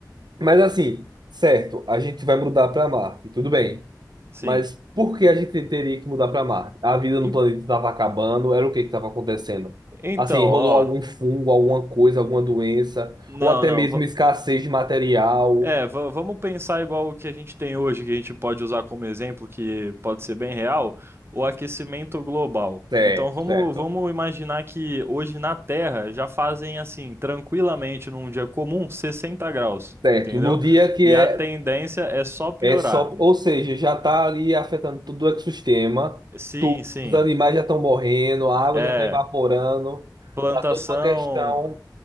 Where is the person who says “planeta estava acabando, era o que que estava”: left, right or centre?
Right